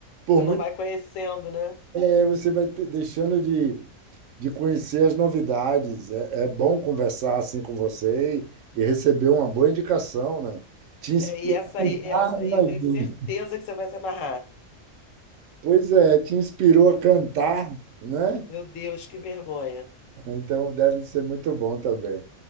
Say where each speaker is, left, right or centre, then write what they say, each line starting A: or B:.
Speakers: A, on the right; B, on the left.
A: Por
B: Você não
A: muito
B: vai conhecendo, né?
A: é, você vai te- deixando de, de conhecer as novidades. É, é bom conversar assim com você e, e receber uma boa indicação, né? Te inspira
B: É, e essa
A: a cantar,
B: aí, essa
A: imagina.
B: aí eu tenho certeza que você vai se amarrar.
A: Pois é, te inspirou a cantar, né?
B: Meu Deus, que vergonha.
A: Então deve ser muito bom também.